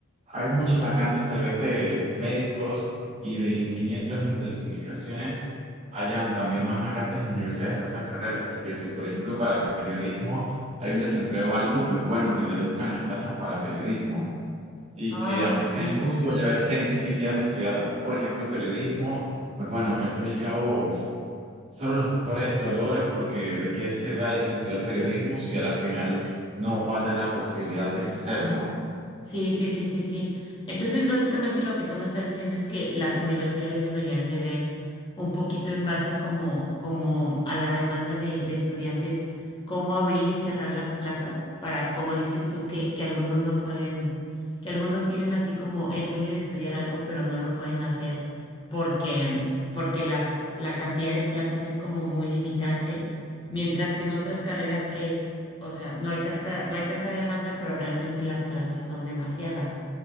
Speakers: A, on the right (about 30°); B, on the left (about 25°).
A: hay muchas vacantes tal vez de médicos y de ingenieros en telecomunicaciones, hayan también más vacantes en universidades para esas carreras y que si, por ejemplo, para periodismo hay un desempleo alto, pues bueno, que reduzcan las plazas para periodismo y
B: Ah,
A: que aunque
B: ok.
A: sea injusto, vaya a haber gente que quieran estudiar, por ejemplo, periodismo, pues bueno, que al fin y al cabo Solo los mejores lo logran porque de qué se ve alguien estudiar periodismo si a la final no va a tener la posibilidad de ejercer, ¿no?
B: Sí, sí, sí, sí, sí. Entonces, básicamente lo que tú me estás diciendo es que las universidades deberían de ver un poquito en base como, como a la demanda de, de estudiantes, cómo abrir y cerrar las plazas para, como dices tú, que, que algunos no pueden, que algunos tienen así como el sueño de estudiar algo, pero no lo pueden hacer porque, porque las, la cantidad de plazas es como muy limitante Mientras que en otras carreras es, o sea, no hay tanta, no hay tanta demanda, pero realmente las plazas son demasiadas.